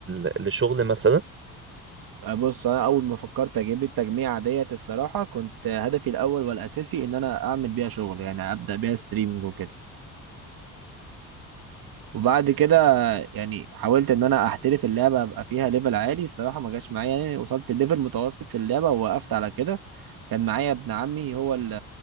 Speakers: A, on the right (about 35°); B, on the right (about 65°).
A: ل- لشغل مثلا
B: بص انا اول ما فكرت اجيب التجميعة ديت الصراحة كنت هدفي الاول والاساسي ان انا اعمل بيها شغل يعني ابدا بيها ستريمنج وكده وبعد كده يعني حاولت ان انا احترف اللعبة ابقى فيها ليفل عالي الصراحة ما جاش معايا يعني وصلت الليفل متوسط في اللعبة ووقفت على كده كان معايا ابن عمي هو ال